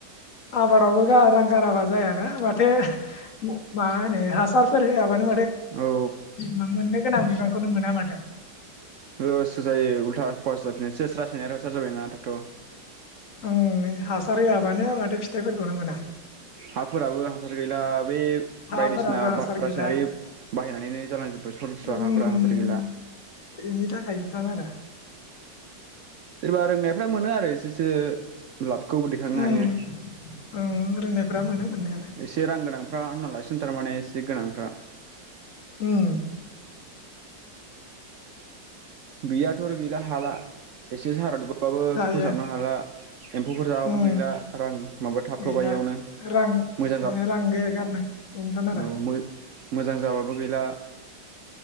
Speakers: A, on the left (about 50°); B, on the right (about 80°).
A: आबादावबो गारा रां गाराबा जायाना माथो म-मा होनो हासारफोर होआबानो
B: औ
A: मा म <unintelligible> गोनां बिबांखौनो मोना माथो।
B: लससो जायो उल्था खरस जाफिनो सस रासैनाय होस्रा जाबायना दाथ'।
A: उम नै हासार होआबानो माथो फिथाइफोरखौनो मोना।
B: हाफोराबो हासार गैला। बे
A: हाफोराबो
B: बायदिसिना आबाद
A: हासार गैला
B: रासायनारि बाहायनानैनो जालांजोब्बाय सरास्रा
A: उम
B: हाफोरा हासार गैला।
A: बेनि थाखायनोथान आरो
B: सोरबा रोंनायफ्रा मोनो आरो एसेसो लाबखौबो दैखांनो
A: उम
B: हायो।
A: उम रोंनायफ्रा मोनो मोननायालाय
B: एसे रां गोनांफ्रा होननालासोन थारमाने एसे गोनां रा।
A: उम।
B: गैयाथ' आरो गैला हाला एसे सारादब बाबो
A: हायो
B: फोसाबनो हाला। एम्फौफोर जाबाबो
A: उम
B: गैला रां माबा थाबथ'बायावनो
A: गैला रां
B: मोजां जात
A: रां गैया गारनो बेनोथान आरो
B: औ मो मोजां जाबाबो गैला।